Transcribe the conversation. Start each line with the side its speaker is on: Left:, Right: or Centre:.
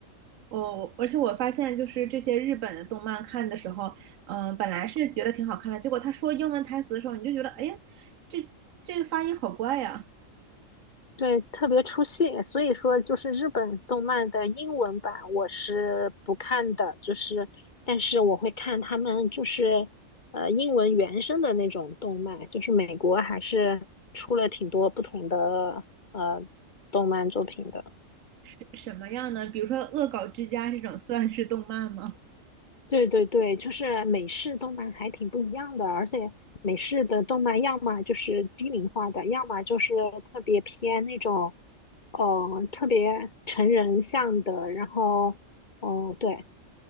Right: 我而且我发现，就是这些日本的动漫看的时候，嗯、本来是觉得挺好看的，结果他说英文台词的时候，你就觉得，哎呀，这这个发音好怪呀，
Left: 对，特别出戏。所以说，就是日本动漫的英文版我是不看的，就是但是我会看他们就是呃英文原声的那种动漫，就是美国还是出了挺多不同的呃动漫作品的。
Right: 是什么样呢？比如说《恶搞之家》这种算是动漫吗？
Left: 对对对，就是美式动漫还挺不一样的，而且美式的动漫要么就是低龄化的，要么就是特别偏那种，呃，特别成人向的。然后，哦、对